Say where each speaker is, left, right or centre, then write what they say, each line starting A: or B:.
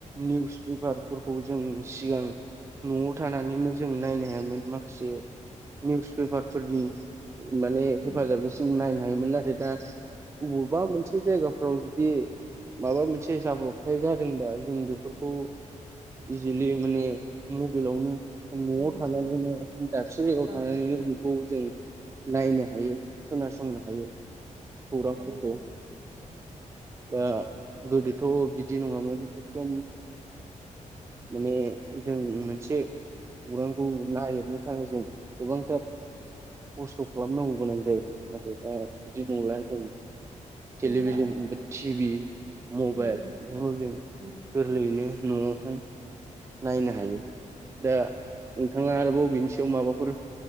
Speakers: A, on the right; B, on the right.
A: निउस पेपारफोरखौ जों सिगां नआव थानानैनो जों नायनो हायामोन माखासे निउस पेपारफोरनि माने
B: उम
A: हेफाजाबनिसिम नाय हायोमोन नाथाय दा बबावबा मोनसे जायगाफ्राव जुदि माबा मोनसे एसे जाब्रबथाय जादों दा जों बेफोरखौ इजिलि माने मबाइलावनो नआव
B: नुसिगोन
A: थानानैनो दाबसे जायगायाव
B: आरो औ
A: थानानैनो खौ जों नायनो हायो खोनासंनो हायो खौरांफोरखौ
B: हायो
A: दा गोदोथ बिदि नङामोन एकदम माने जों मोनसे खौरांखौ नागिरनो थाखाय जों गोबांथार खस्थ खालामनांगौ गोनां जायोमोन नाथाय दा बिदि नंला औ <unintelligible> थिबि
B: नंला
A: मबाइल
B: उम
A: बेखौ जों
B: उम
A: गोरलैयैनो नुआखाय नायनो हायो दा नोंथाङा आरोबाव बेनि सायाव माबाफोर